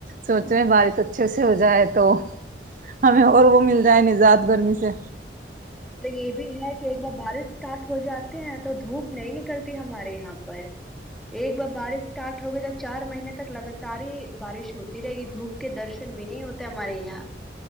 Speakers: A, on the right; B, in the centre.
A: سوچ رہے ہیں بارش اچھے سے ہو جائے تو ہمیں اور وہ مل جائے نجات گرمی سے
B: تو یہ بھی ہے کہ ایک بار بارش اسٹارٹ ہو جاتی ہے ن تو دھوپ نہیں نکلتی ہمارے یہاں پر ایک بار بارش اسٹارٹ ہوگئی تو چار مہینے تک لگاتار ہی بارش ہوتی رہے گی دھوپ کے درشن بھی نہیں ہوتے ہمارے یہاں